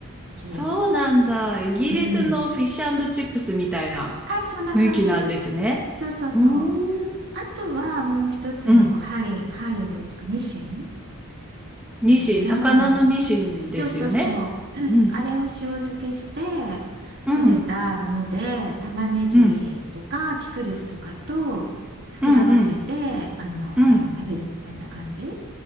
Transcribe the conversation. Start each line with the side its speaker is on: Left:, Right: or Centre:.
Right: そ
Centre: そうなんだ。イギリスのフィッシュチップスみたいな雰囲気なんですね。
Right: う。うん、あ、そんな感じそうそうそう。
Centre: うーん、
Right: あとはもう一つのこうハリ、
Centre: うん。
Right: ハリングっていうかニシン
Centre: ニシン、
Right: あの生のそうそうそううんあれを塩漬けして
Centre: 魚のニシンですよね。うん、うん、
Right: 食べたもので玉ねぎとかピクルスとかと付け合わせてあの食べるみたいな感じ
Centre: うん、うん、うん、うん。